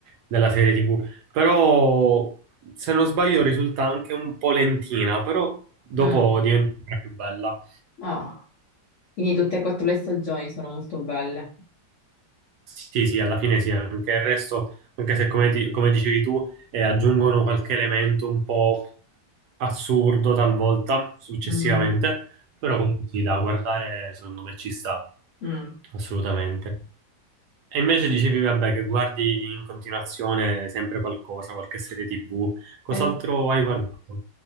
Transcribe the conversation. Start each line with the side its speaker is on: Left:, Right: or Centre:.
Right: della serie TV. Però, se non sbaglio, risulta anche un po' lentina, però dopo
Left: Mm.
Right: diventa sempre più bella.
Left: Ah, quindi tutte e quattro le stagioni sono molto belle.
Right: Sì, sì, alla fine sì, anche il resto, anche se come, ti- come dicevi tu, eh, aggiungono qualche elemento un po' assurdo talvolta, successivamente,
Left: Mm,
Right: però comunque sì, da guardare secondo me ci sta,
Left: mm.
Right: assolutamente. E invece dicevi, vabbè, che guardi in continuazione sempre qualcosa, qualche serie TV. Cos'altro
Left: Eh,
Right: hai guardato?